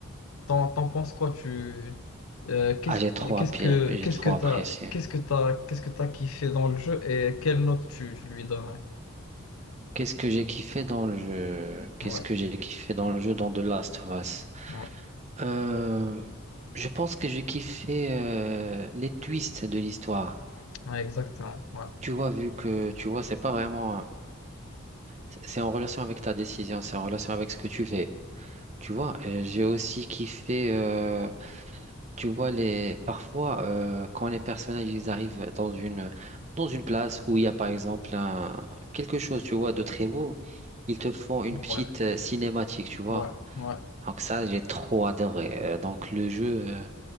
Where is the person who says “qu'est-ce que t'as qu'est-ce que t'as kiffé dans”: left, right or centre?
Left